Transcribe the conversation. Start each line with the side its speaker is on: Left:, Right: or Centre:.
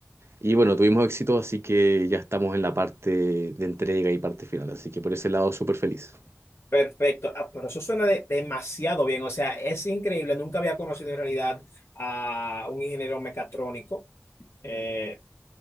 Right: Y bueno, tuvimos éxito, así que ya estamos en la parte de entrega y parte final. Así que por ese lado, súper feliz.
Left: Perfecto. Ah, pero eso suena de- demasiado bien. O sea, es increíble. Nunca había conocido en realidad a un ingeniero mecatrónico. eh,